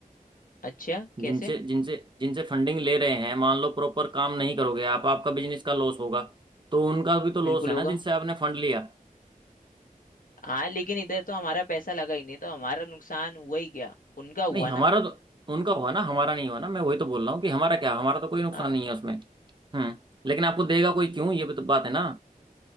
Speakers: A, on the left; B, on the right.
A: अच्छा कैसे
B: जिनसे जिनसे जिनसे फंडिंग ले रहे हैं मान लो प्रॉपर काम नहीं करोगे आप आपका बिजनेस का लॉस होगा तो उनका भी तो लॉस
A: बिल्कुल
B: है
A: होगा
B: ना जिनसे आपने फंड लिया
A: हाँ लेकिन इधर तो हमारा पैसा लगा ही नहीं तो हमारा नुकसान हुआ ही क्या उनका हुआ
B: नहीं हमारा
A: ना
B: तो उनका हुआ ना हमारा नहीं हुआ ना मैं वही तो बोल रहा हूँ कि हमारा क्या हमारा तो कोई नुकसान
A: हाँ
B: नहीं है उसमें हम्म लेकिन आपको देगा कोई क्यों ये भी तो बात है ना